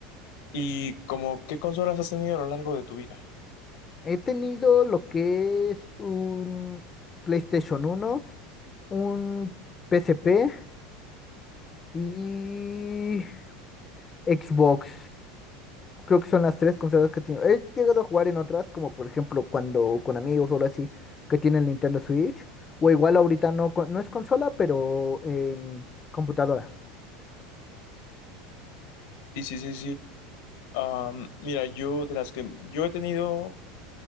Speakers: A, on the left; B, on the left.
A: ¿Y como qué consolas has tenido a lo largo de tu vida?
B: He tenido lo que es un PlayStation uno un PSP y Xbox. Creo que son las tres consolas que he tenido. He llegado a jugar en otras, como por ejemplo cuando con amigos o algo así, que tienen Nintendo Switch. O igual ahorita no, con- no es consola, pero en computadora.
A: Sí, sí, sí, sí. Am, mira, yo de las que yo he tenido